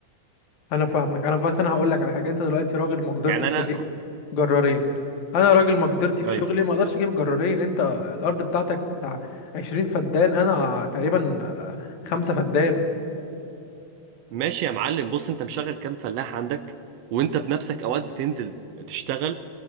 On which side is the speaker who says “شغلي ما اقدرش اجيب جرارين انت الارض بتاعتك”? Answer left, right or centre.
Left